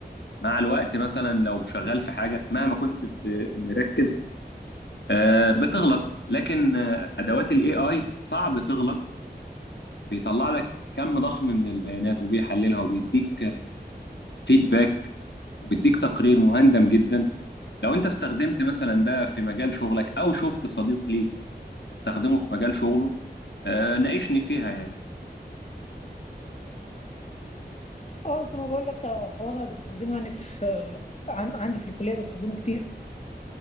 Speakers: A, on the left (about 85°); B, on the left (about 40°).
A: مع الوقت مثلا لو شغال في حاجه مهما كنت ب- مركز آه، بتغلط لكن آه، ادوات الاي اي صعب تغلط بيطلع لك كم ضخم من البيانات وبيحللها وبيديك فيدباك وبيديك تقرير مهندم جدا لو انت استخدمت مثلا ده في مجال شغلك او شفت صديق ليك استخدمه في مجال شغله آه، ناقشني فيها يعني
B: اه زي ما بقول لك آه، هو انا بستخدمه يعني في آه، عن- عندي في الكليه بستخدمه كتير